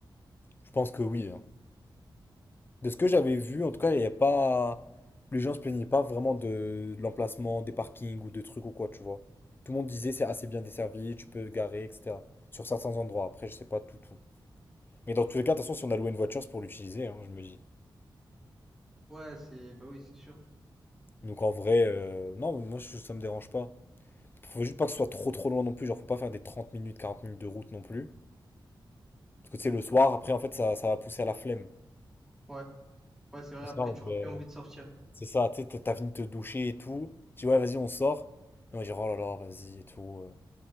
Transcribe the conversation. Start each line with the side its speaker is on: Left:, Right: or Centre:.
Left: Je pense que oui. hein. De ce que j'avais vu, en tout cas, il n'y a pas. Les gens se plaignaient pas vraiment de, de l'emplacement, des parkings ou de trucs ou quoi, tu vois. Tout le monde disait c'est assez bien desservi, tu peux te garer, etc. Sur certains endroits. Après, je sais pas tout, tout. Mais dans tous les cas, de toute façon, si on a loué une voiture, c'est pour l'utiliser, hein, je me dis.
Centre: Ouais, c'est bah oui, c'est sûr.
Left: Donc en vrai, euh, non, moi, je- ça me dérange pas. Faut juste pas que ce soit trop, trop loin non plus. Genre, faut pas faire des 30 minutes, 40 minutes de route non plus. Parce que tu sais, le soir, après, en fait, ça, ça va pousser à la flemme.
Centre: Ouais, ouais, c'est vrai.
Left: On
Centre: Après,
Left: sera en
Centre: tu
Left: mode,
Centre: auras
Left: euh,
Centre: plus envie de sortir.
Left: C'est ça, tu sais, t'as t'as fini de te doucher et tout. Je dis, ouais, vas-y, on sort. Et moi, je dis, oh là là, vas-y et tout.